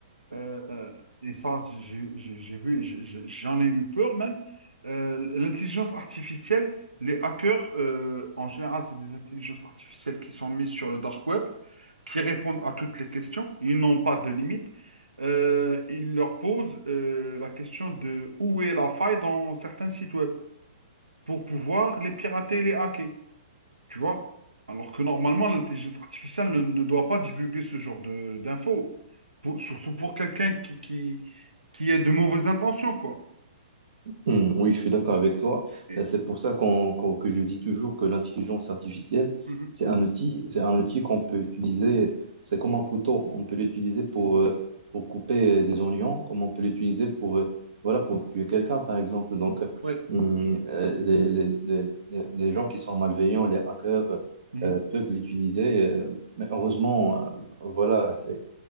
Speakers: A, on the right (about 85°); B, on the right (about 60°).
A: euh, euh, et ça, j'ai j'ai- j'ai vu, et j'ai- j'ai- j'en ai eu peur même, euh, l'intelligence artificielle, les hackers, euh, en général, c'est des intelligences artificielles qui sont mises sur le dark web, qui répondent à toutes les questions, ils n'ont pas de limite. Euh, ils leur posent euh, la question de où est la faille dans certains sites web. pour pouvoir les pirater et les hacker, tu vois? Alors que normalement, l'intelligence artificielle ne, ne doit pas divulguer ce genre de d'infos, Pour- surtout pour quelqu'un qui, qui, qui a de mauvaises intentions, quoi.
B: Hmm, oui, je suis d'accord avec toi.
A: Et-
B: Euh, C'est pour ça qu'on, qu'on- que je dis toujours que l'intelligence artificielle,
A: Mhm.
B: c'est un outil, c'est un outil qu'on peut utiliser, c'est comme un couteau, on peut l'utiliser pour,
A: Mhm.
B: euh, pour couper euh, des oignons, comme on peut l'utiliser pour, euh, voilà, pour tuer quelqu'un, par exemple. Donc, euh,
A: Ouais.
B: hmm, euh, les, les, les, les- les gens qui sont malveillants, les hackers,
A: Mhm.
B: euh, peuvent l'utiliser, euh, mais heureusement, euh, voilà, c'est,